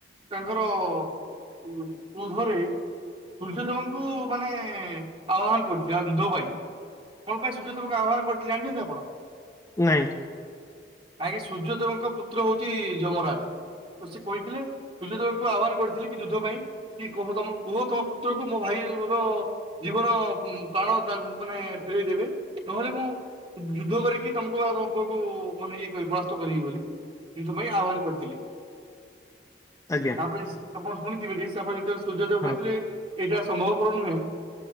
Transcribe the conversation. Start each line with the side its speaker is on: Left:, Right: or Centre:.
Right: ତାଙ୍କର ଉ କ୍ରୋଧରେ ସୂର୍ଯ୍ୟଦେବଙ୍କୁ ମାନେ ଆହ୍ୱାନ କରିଛି ଆଉ ଯୁଦ୍ଧ ପାଇଁ। କଣ ପାଇଁ ସୁଯୋ ଦେବଙ୍କୁ ଆହ୍ୱାନ କରିଛି ଜାଣିଛନ୍ତି ଆପଣ?
Left: ନାଇଁ।
Right: ଆଜେ ସୂର୍ଯ୍ୟଦେବଙ୍କ ପୁତ୍ର ହଉଚି ଯମରାଜ। ସେ କହିଥିଲେ ଦୂର୍ଯ୍ୟୋଦବଙ୍କୁ ଆହ୍ୱାନ କରିଥିଲେ କି ଯୁଦ୍ଧ ପାଇଁ। କି କୁହ ତମ ପୁଅ ତମ ପୁତ୍ର କୁ ମୋ ଭାଇ ର ଜୀବନ ବାଣ ତା ମାନେ ଫେରେଇ ଦେବେ ନହେଲେ ମୁଁ ଯୁଦ୍ଧ କରିକି ତମକୁ ଆଉ ତମ ପୁଅକୁ ମାନେ ଇଏ କରି ବାସ୍ତ କରିବି ବୋଲି। ସ୍ତ୍ରୀଙ୍କ ପାଇଁ ଆହ୍ୱାନ କରିଥିଲି।
Left: ଆଜ୍ଞା
Right: ତାପରେ ଆପଣ ଶୁଣିଥିବେ କି ସେପଣ ଯେତେବେଳେ ସୂର୍ଯ୍ୟଦେବ
Left: ହଁ
Right: କହିଥିଲେ ଏଇଟା ସମ୍ଭବପର ନୁହେଁ।